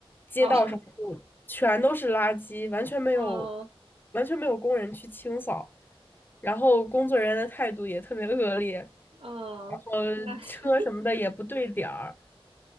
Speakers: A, on the left; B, on the right.
A: 街道上就全都是垃圾，
B: 哦，
A: 完全没有
B: <laughs> 哦
A: 完全没有工人去清扫。然后工作人员的态度也特别恶劣，
B: 哦，
A: 然后
B: 那 <laughs>
A: 车什么的也不对点儿，